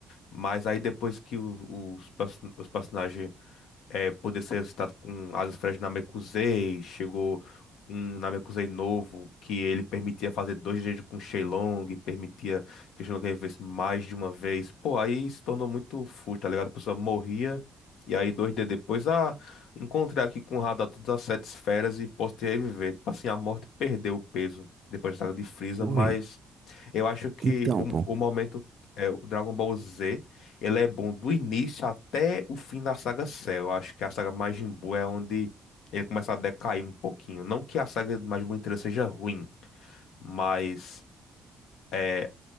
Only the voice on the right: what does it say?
Oi,
então,
pô,